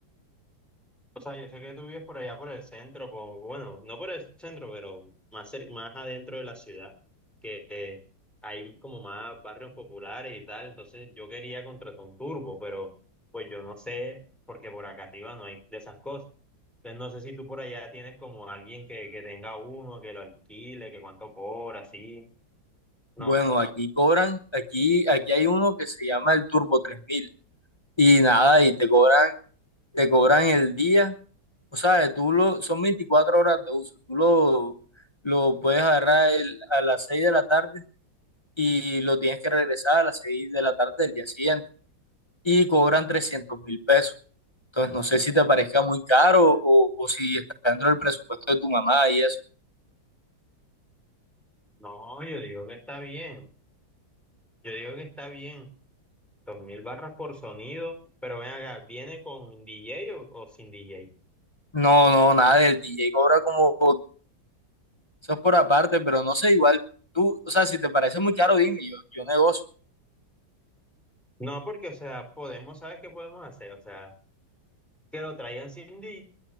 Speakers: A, in the centre; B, on the left.
A: O sea, yo sé que tú vives por allá por el centro, po- bueno, no por el centro, pero más, cer- más adentro de la ciudad, que que hay como más barrios populares y tal. Entonces yo quería contratar un turbo, pero pues yo no sé, porque por acá arriba no hay de esas cosas. Entonces no sé si tú por allá tienes como alguien que, que tenga uno, que lo alquile, que cuánto cobra, así. No,
B: Bueno, aquí cobran, aquí, aquí hay uno que se llama el Turbo 3000 y nada, y te cobran, te cobran el día, o sea, tú lo, son 24 horas de uso, tú lo, lo puedes agarrar el- a las 6 de la tarde y lo tienes que regresar a las 6 de la tarde del día siguiente y cobran trescientos mil pesos. Entonces, no sé si te parezca muy caro o, o si está dentro del presupuesto de tu mamá y eso.
A: no, yo digo que está bien. Yo digo que está bien. Dos mil barras por sonido, pero ven acá, ¿viene con DJ o o sin DJ?
B: No, no, nada del DJ cobra como, eso es por aparte, pero no sé, igual tú, o sea, si te parece muy caro, dime, yo, yo negocio.
A: No, porque, o sea, podemos, ¿sabes qué podemos hacer? O sea, que lo traigan sin DJ,